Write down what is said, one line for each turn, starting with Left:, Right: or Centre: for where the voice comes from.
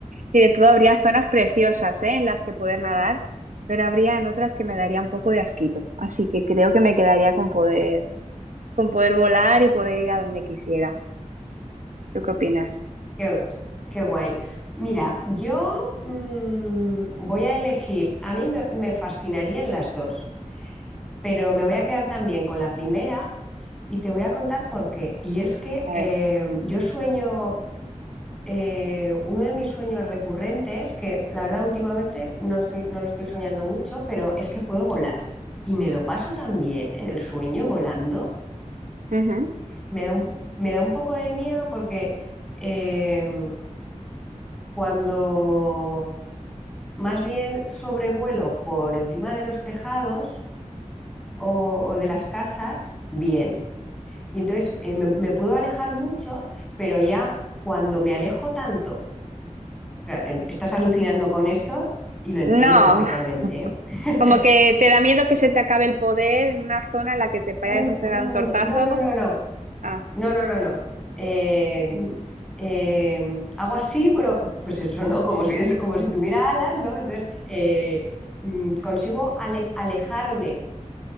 Right: y de todo, habría zonas preciosas, ¿eh? en las que poder nadar, pero habría en otras que me daría un poco de asquito. Así que creo que me quedaría con poder con poder volar y poder ir a donde quisiera. ¿Tú qué opinas?
Centre: Qué, qué guay. Mira, yo mm, voy a elegir, a mí me, me fascinarían las dos, pero me voy a quedar también con la primera y te voy a contar por qué. Y es que
Right: A
Centre: eh,
Right: ver.
Centre: yo sueño, eh, uno de mis sueños recurrentes, que la verdad últimamente no estoy, no lo estoy soñando mucho, pero es que puedo volar. Y me lo paso también en el sueño volando.
Right: Ujú.
Centre: Me da un, me da un poco de miedo porque eh, cuando más bien sobrevuelo por encima de los tejados o, o de las casas, bien. Y entonces eh, me, me puedo alejar mucho, pero ya cuando me alejo tanto sea, em, estás alucinando con esto y lo entiendo
Right: No,
Centre: perfectamente, ¿eh?
Right: como que
Centre: <laughs>
Right: te da miedo que se te acabe el poder en una zona en la que te
Centre: Mm,
Right: vayas a pegar
Centre: mm,
Right: un tortazo.
Centre: No, no, no, no,
Right: Ah,
Centre: no, no, no, no. Eh, eh, hago así, bueno, pues eso, ¿no? Como si, como si tuviera alas, ¿no? Entonces, eh, mm, consigo ale- alejarme